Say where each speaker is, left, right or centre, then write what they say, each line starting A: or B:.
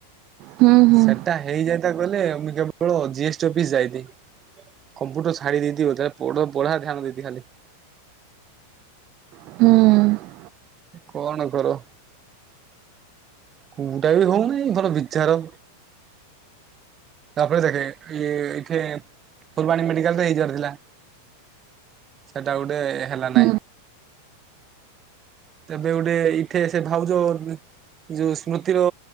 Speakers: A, on the right; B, on the right.
A: ହୁଁ ହୁଁ
B: ସେଟା ହେଇଯାଇତା କହିଲେ ମୁଁ ଜଉ କେବଳ ଜି ଏସ୍ ଟି ଅଫିସ ଯାଇତି। କମ୍ପୁଟର ଛାଡ଼ି ଦେଇଥିବ ତା ପୋଡ଼ ପଢ଼ା ଧ୍ୟାନ ଦେଇତି ଖାଲି।
A: ହୁଁ।
B: କଣ କର? କୋଉଟା ବି ହଉନାଇ ଧର ବିଚାର ତାପରେ ଦେଖେ ଇଏ ଏଠେ ଫୁଲବାଣୀ ମେଡିକାଲ ରେ ହେଇଯିବାର ଥିଲା। ସେଟା ଗୋଟେ ହେଲା
A: ହୁଁ
B: ନାଇଁ। ତେବେ ଗୋଟେ ଏଇଠେ ସେ ଭାଉଜ। ଯୋଉ ସ୍ମୃତିର